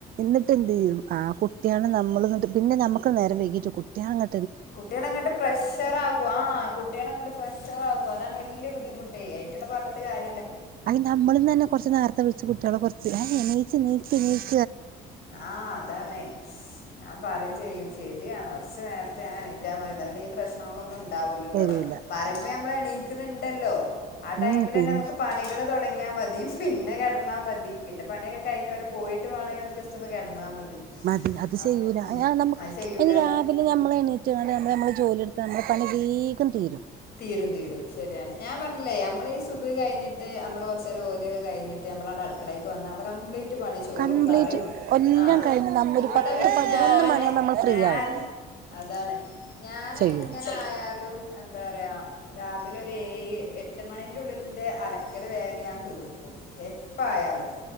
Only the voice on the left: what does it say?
കുട്ട്യാള്ങ്ങട്ട് പ്രഷർ ആകും ആ കുട്ട്യാള്ങ്ങട്ട് പ്രഷർ ആകും അതാണ് വല്യ ബുദ്ധിമുട്ടേ കുട്ട്യാളെ പറഞ്ഞിട്ട് കാര്യ
ആ അതാണേ ഞാൻ പറിം ചെയ്യും ശെര്യാണ് കൊർച് നേരത്തെ ഞാ എണീറ്റാമതിന്ന് ന്നാ പിന്നെ ഈ പ്രശ്നങ്ങളൊന്നും ണ്ടാവൂലല്ലോ
പറിമ്പോ ഞമ്മള് എണീക്ക്‌ണ് ണ്ടല്ലോ ആ ടൈമിലെന്നെ
മ്മക്ക് പണികള് തൊട ടങ്ങ്യ മതി പിന്നെ കെട്ന്നാ മതി പിന്നെ പണിക്കെ കഴിഞ്ഞ് അവര് പോയിട്ട് മാണെങ്കി ഒന്ന് ജസ്റ്റൊന്ന് കെട്ന്നാ മതി
അപ്പം ഉം
അത് ചെയ്യൂല
തീരും തീരും ശര്യാണ് ഞാൻ പർഞ്ഞിലേ ഞമ്മളെ ഈ സുബ്ഹ് കൈഞ്ഞിട്ട് ഞമ്മള് കൊറച്ചേരം ഓത്യോക്കെ കൈഞ്ഞിട്ട് നമ്മളാടെ അട്ക്കളേക്ക്‌ വന്ന മ്മൾ കംപ്ലീ റ്റ് പണി ചോറും
കറിം
ആ
ഇവടെ
പിന്നെ
ഞാന്
ഞാൻ
അതാണ് ഞാനെങ്ങനായാലും
ന്താ റിയാ രാവിലെ ഒരു ഏഴ് എട്ട് മണിന്റെ ഉള്ളിലിന്റെ അലക്കല് വേഗം ഞാൻ തീർക്കും എപ്പായാലും